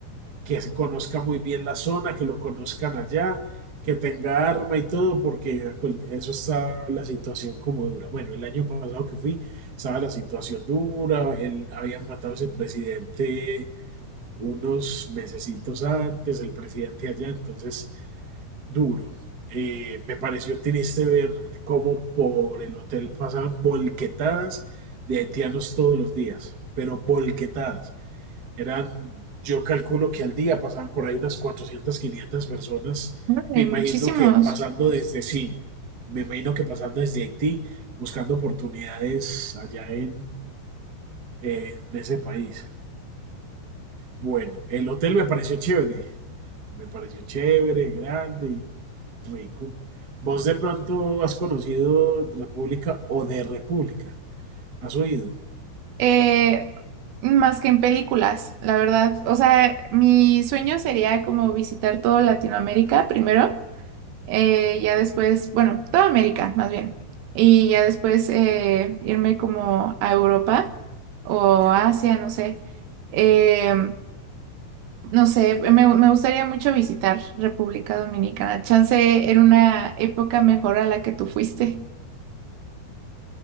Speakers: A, on the right; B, on the right.
A: que conozca muy bien la zona, que lo conozcan allá, que tenga arma y todo, porque a cual- eso está la situación como dura. Bueno, el año pasado que fui, estaba la situación dura, el- habían matado a ese presidente unos mesecitos antes, el presidente allá, entonces duro. Eh, me pareció triste ver cómo por el hotel pasaban volquetadas de haitianos todos los días, pero volquetadas. Eran, yo calculo que al día pasaban por ahí unas 400, 500 personas.
B: órale,
A: Me imagino
B: muchísimos.
A: que pasando desde sí, me imagino que pasando desde Haití, buscando oportunidades allá en, en ese país. Bueno, el hotel me pareció chévere, me pareció chévere, grande, Rico. ¿Vos de pronto has conocido República o de República? ¿Has oído?
B: Eh, más que en películas, la verdad. O sea, mi sueño sería como visitar todo Latinoamérica primero, eh, ya después, bueno, toda América más bien, y ya después eh, irme como a Europa o Asia,
A: Creo.
B: no sé. Em, No sé, me, me gustaría mucho visitar República Dominicana. Chance en una época mejor a la que tú fuiste. <laughs>